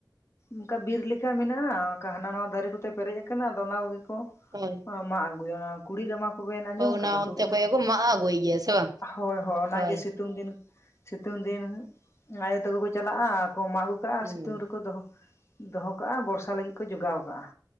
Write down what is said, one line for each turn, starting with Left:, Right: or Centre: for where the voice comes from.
Left: ᱚᱱᱠᱟ ᱵᱤᱨ ᱞᱮᱠᱟ ᱢᱮᱱᱟᱜᱼᱟ ᱚᱱᱠᱟ ᱦᱟᱱᱟ ᱱᱟᱣᱟ ᱫᱟᱨᱮ ᱠᱚᱛᱮ ᱯᱮᱨᱮᱡ ᱠᱟᱱᱟ ᱟᱫᱚ ᱚᱱᱟ ᱠᱚᱜᱮ ᱠᱚ
Right: ᱦᱳᱭ
Left: ᱢᱟᱜ ᱟᱹᱜᱩᱭᱟ ᱠᱩᱲᱤᱜᱨᱟᱢᱟ ᱠᱚ ᱠᱚᱵᱮᱱ ᱟᱸᱡᱚᱢ
Right: ᱦᱳ ᱚᱱᱟ
Left: ᱠᱟᱫᱟ
Right: ᱚᱱᱛᱮ
Left: ᱠᱩᱲᱤᱫ
Right: ᱠᱷᱚᱡ ᱜᱮᱠᱚ ᱢᱟᱜ ᱟᱹᱜᱩᱭ ᱜᱮᱭᱟ ᱥᱮ ᱵᱟᱝ?
Left: ᱦᱳᱭ ᱦᱚ ᱚᱱᱟᱜ
Right: ᱦᱳᱭ᱾
Left: ᱥᱤᱼᱼ ᱥᱤᱛᱩᱝ ᱫᱤᱱ ᱟᱭᱳ ᱛᱟᱠᱚ ᱠᱚ ᱪᱟᱞᱟᱜᱼᱟ ᱠᱚ ᱢᱟᱜ ᱟᱹᱜᱩ ᱠᱟᱜᱼᱟ ᱟᱨ
Right: ᱦᱩᱸ
Left: ᱥᱤᱛᱩᱝ ᱨᱮᱠᱚ ᱫᱚᱦᱚ ᱫᱚᱦᱚ ᱠᱟᱜᱼᱟ ᱵᱚᱨᱥᱟ ᱞᱟᱹᱜᱤᱫ ᱠᱚ ᱡᱚᱜᱟᱣ ᱠᱟᱜᱼᱟ